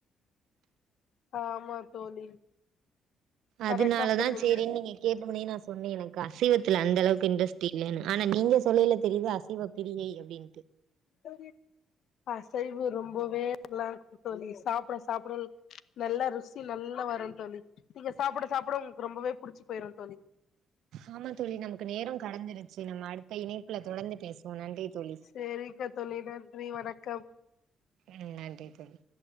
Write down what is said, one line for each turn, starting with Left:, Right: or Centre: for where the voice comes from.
Left: ஆ ஆமா தோழி கரெக்டா
Right: அதனாலதா
Left: சொன்னீங்க
Right: சேரின் நீங்க கே வந்தவொனே நா சொன்னே எனக்கு அசைவத்துல அந்த அளவுக்கு இன்ட்ரெஸ்ட் இல்லன்னு ஆனா நீங்க சொல்லீல தெரியுது அசைவ பிரியை அப்டின்ட்டு
Left: தோழி அசைவ ரொம்பவே நல்லா இருக்கும் தோழி சாப்புட சாப்பட நல்லா ருசி நல்லா வரும் தோழி நீங்க சாப்புட சாப்புட உங்களுக்கு ரொம்பவே புடுச்சு போயிரும்
Right: ஆமா தோழி நமக்கு நேரோ கடந்துருச்சு நம்ம அடுத்த இணைப்புல தொடந்து பேசுவோம் நன்றி தோழி
Left: சேரிக்க தோழி நன்றி வணக்கம்
Right: ம் நன்றி தோழி